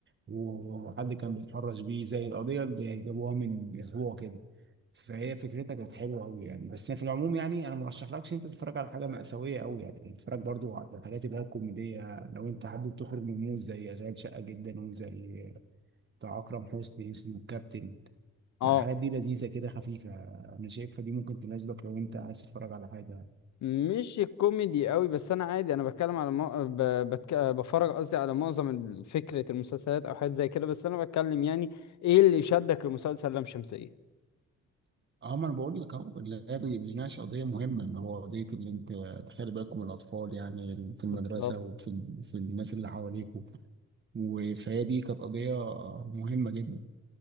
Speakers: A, on the right; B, on the left.
A: وحد كان بيتحرش بيه زي القضية اللي جابوها من أسبوع كده فهي فكرتها كانت حلوة أوي يعني بس في العموم يعني أنا مرشحلكش أنت تتفرج على حاجة مأساوية أوي يعني تتفرج برضو على الحاجات اللي هي الكوميدية لو أنت حابب تخرج من المود زي أشغال شقة جدا وزي بتاع أكرم حسني اسمه الكابتن
B: آه.
A: فالحاجات دي لذيذه كده خفيفه انا شايفها دي ممكن تناسبك لو انت عايز تتفرج على حاجه
B: مش الكوميدي قوي بس انا عادي انا بتكلم على مو... ب... بتك... بفرج قصدي على معظم ال- فكرة المسلسلات او حاجات زي كده بس انا بتكلم يعني ايه اللي شدك لمسلسل لام شمسية
A: اه ما انا بقول لك اهو اللي هي بي- بيناقش قضيه مهمه اللي هو قضيه اللي انت تخلي بالكم من الاطفال يعني في المدرسه
B: بالظبط
A: وفي ال- في الناس اللي حواليكم وفهي دي كانت قضيه مهمه جدا